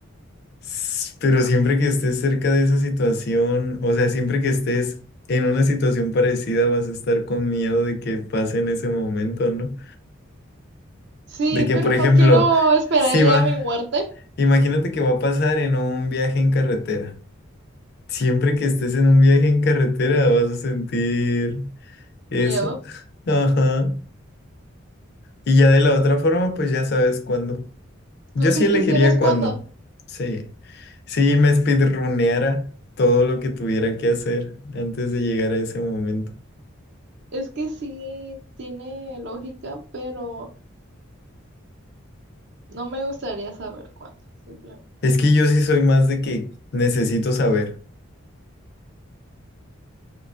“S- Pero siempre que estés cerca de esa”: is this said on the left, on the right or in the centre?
Left